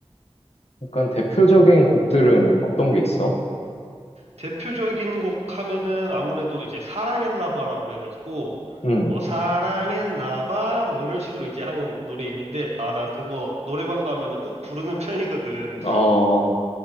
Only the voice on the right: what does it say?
대표적인 곡 하면은 아무래도 이제 사랑했나 봐라고 해가지고
뭐 사랑했나 봐 뭐 이런 식으로 이제 하는 노래 있는데 아 난 그거 노래방 가면은 꼭 부르는 편이거든.